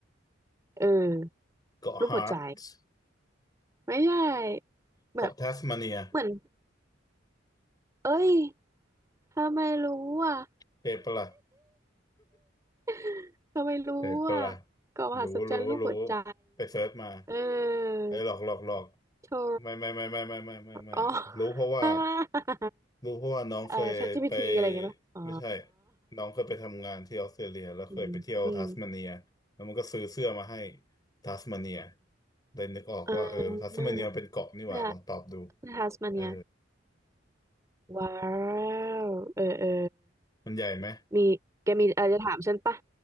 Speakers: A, on the right; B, on the left.
A: เออ
B: เกาะฮาร์ตส์
A: รูปหัวใจไม่ใช่
B: เกาะแทสมาเนีย
A: แบบเหมือนเอ้ยทำไมรู้อ่ะ
B: เทปะละ
A: <laughs> ทำไมรู้อ่ะ
B: เทปะละ
A: เกาะมหัศจรรย์รูปหัวใจ
B: รู้รู้รู้ไปเซิร์ชมา
A: เออ
B: ไอ้ยหลอกหลอกหลอก
A: โธ่
B: ไม่ไม่ไม่ไม่ไม่ไม่ไม่ไม่ไม่รู้เพราะว่า
A: อ๋อ <laughs>
B: รู้เพราะว่าน้องเคยไป
A: เออ ChatGPT อะไรอย่างเงี้ยป่ะอ๋อ
B: ไม่ใช่น้องเคยไปทำงานที่ออสเตรเลียแล้วเคยไปเที่ยวทัสมาเนียแล้วมันก็ซื้อเสื้อมาให้
A: อืมอืม
B: ทัสมาเนียเลยนึกออกว่าเออทัสมาเนียมันเป็นเกาะนี่หว่าลองตอบดู
A: อ่าเสื้อเสื้อทัสมาเนีย
B: เออ
A: ว้าวเออเออ
B: มันใหญ่ไหม
A: มีแกมีอะไรจะถามฉันปะ